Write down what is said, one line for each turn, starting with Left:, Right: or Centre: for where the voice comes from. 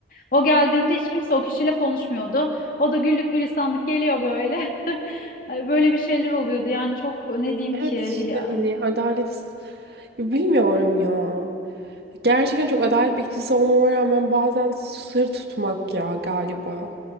Left: o geldiğimde hiç kimse o kişiyle konuşmuyordu o da güllük gülistanlık geliyor böyle <laughs> Ay, böyle bir şeyler oluyordu yani çok ne diyeyim
Right: Evet
Left: ki
Right: işte
Left: yani
Right: hani adalet bilmiyorum ya. Gerçekten çok adalet bekçisi olmama rağmen bazen sır tutmak ya galiba.